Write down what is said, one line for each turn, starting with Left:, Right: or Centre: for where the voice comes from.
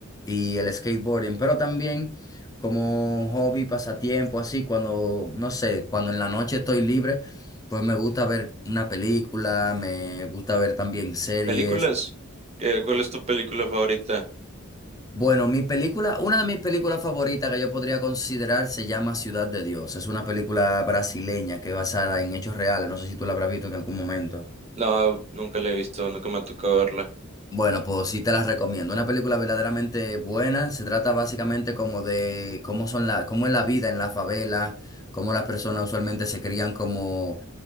Left: y el skateboarding, pero también como hobby, pasatiempo, así, cuando, no sé, cuando en la noche estoy libre, pues me gusta ver una película, me gusta ver también series.
Right: ¿Películas? ¿Qué, cuál es tu película favorita?
Left: Bueno, mi película, una de mis películas favoritas que yo podría considerar se llama Ciudad de Dios. Es una película brasileña que es basada en hechos reales. No sé si tú la habrás visto en algún momento.
Right: No, nunca la he visto, nunca me ha tocado verla.
Left: Bueno, pues sí te la recomiendo. Una película verdaderamente buena. Se trata básicamente como de cómo son la, cómo es la vida en la favela, cómo las personas usualmente se crían como